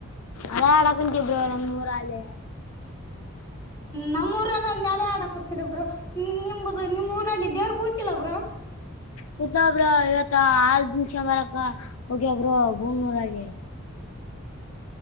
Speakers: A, on the left; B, on the left.
A: ಅದ ಅಡಕಂ ಿಬ್ರವರಿ ಅ ಮೂೂರಲ್ಲೆ
B: ನಮೂರಲ್ಲಿ ಉಯ್ಯಲೆ ಅದಕತರ ಬ್ರೋ ನಿಮ ನಿಮ್ಮ್ ಊರಲ್ಲಿ ದೇವ್ರ ಕುಂತಿಲ್ಲ ಬ್ರೋ.
A: ಕುತಾಬ್ರೋ ಇವತ್ತ ಹಾಲ್ ತುಂಬಸ್ಕೊಬಾರಕ ಹೋಗ್ಯಾವ ಬ್ರೋ ಬೂಮನೂರಗೆ.